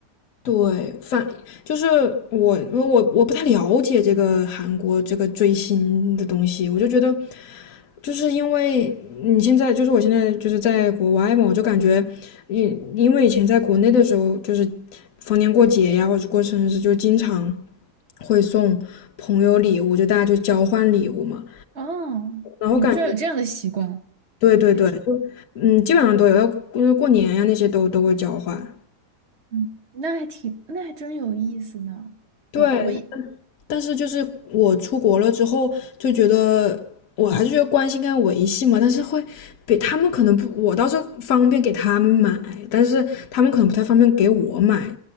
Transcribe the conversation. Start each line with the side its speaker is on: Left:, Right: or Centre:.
Left: 对，反就是我，因为我我不太了解这个韩国这个追星的东西，我就觉得，就是因为你现在就是我现在就是在国外嘛，我就感觉，因因为以前在国内的时候，就是逢年过节呀，或者过生日，就经常会送朋友礼物，就大家就交换礼物嘛，
Right: 哦，
Left: 然后感觉，
Right: 你们居然有这样的习惯。
Left: 对对对。
Right: 那挺。
Left: 嗯，基本上都有，要因为过年呀、那些都都会交换。
Right: 嗯，那还挺，那还真有意思呢。
Left: 对，
Right: 我我也
Left: 但是就是我出国了之后，就觉得我还是觉得关系应该维系嘛，但是会比他们可能不，我倒是方便给他们买，但是他们可能不太方便给我买，